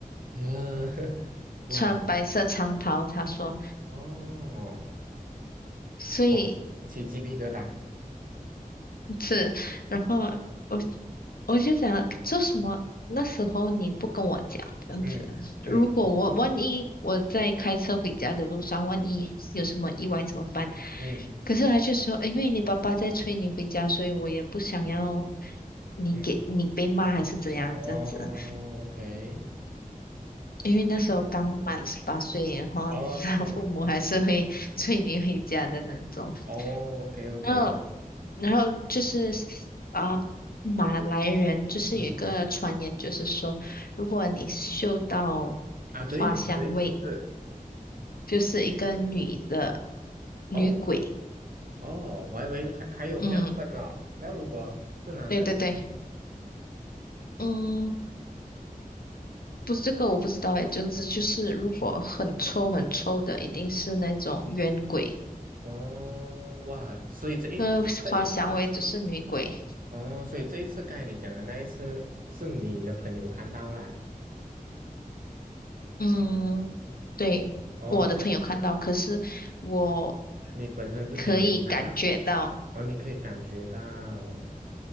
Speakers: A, on the right; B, on the left.
A: 嗯，<laughs> 哇，
B: 穿白色长袍。他说，
A: 哦，
B: 所以
A: 哇，起鸡皮疙瘩。
B: 是，然后我我就想，这什么？那时候你不跟我讲这样子，
A: 嗯嗯
B: 如果我万一我在开车回家的路上，万一有什么意外怎么办？
A: 嗯
B: 可是他就说，因为你爸爸在催你回家，所以我也不想要。你给你被骂还是怎样这样子？
A: 嗯，哦，OK，
B: 因为那时候刚满十八岁，然后
A: 哦，
B: <laughs>
A: 慢慢慢慢
B: 父母还是会催你回家的那种。
A: 哦，OK OK，
B: 然后，然后就是啊，马来人就是有一个传言，
A: 嗯，
B: 就是说，如果你嗅到花香味，
A: 啊，对对是，
B: 就是一个女的女鬼。
A: 哦，哦，我还以为还还有这样分哦。
B: 嗯，
A: 那如果是男的，
B: 对对对，嗯，不是这个我不知道诶，总之就是如果很臭很臭的，一定是那种冤鬼。
A: 哦，哇，所以这一这一次，
B: 呃，滑翔尾只是女鬼。
A: 哦，所以这一次该你讲的那一次是你的朋友看到啦，
B: 嗯，对，
A: 哦，
B: 我的朋友看到，可是我
A: 你本身自己没有看到，
B: 可以感觉到，
A: 哦，你可以感觉到，